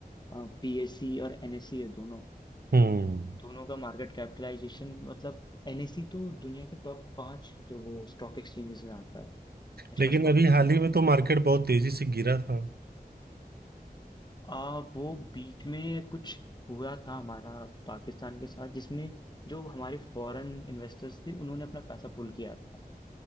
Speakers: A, on the left (about 25°); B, on the right (about 80°).
A: पीएससी और एनएससी है दोनों
B: हम्म
A: दोनों का मार्केट कैपिटलाइजेशन मतलब एनएससी तो दुनिया के टॉप पांच जो वो स्टॉक एक्सचेंजेस में आता है नेशनल
B: लेकिन
A: स्टॉक
B: अभी
A: एक्सचेंज
B: हाल ही में तो मार्केट बहुत तेजी से गिरा था
A: आ वो बीच में कुछ हुआ था हमारा पाकिस्तान के साथ जिसमें जो हमारे फॉरेन इन्वेस्टर्स थे उन्होंने अपना पैसा पुल किया था